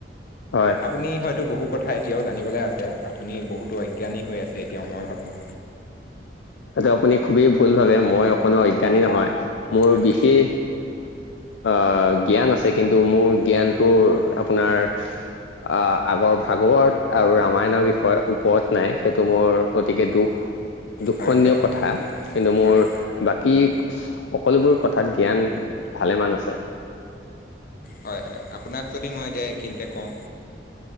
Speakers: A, on the left; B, on the left.
A: হয়।
B: আপুনি হয়তো বহুত কথা এতিয়াও জানিবলৈ আছে আপুনি বহুতো অজ্ঞানী হৈ আছে এতিয়াও মই ভাবোঁ।
A: এইটো আপুনি খুবেই ভুল ভাবে মই অকোনো অজ্ঞানী নহয়। মোৰ
B: হয়
A: বিশেষ অ, জ্ঞান আছে কিন্তু মোৰ জ্ঞানটো আপোনাৰ অ, আগৰ ভাগৱত আৰু ৰামায়ণৰ বিষয়ে ওপৰত নাই সেইটো মোৰ অতিকে দুখ। <unintelligible>
B: হয়
A: খণ্য
B: হয়
A: কথা কিন্তু মোৰ
B: হয়
A: বাকী সকলোবোৰ কথাত জ্ঞান ভালে ইমান আছে।
B: হয় হয়, আপোনাক যদি মই এতিয়া এইখিনিতে কওঁ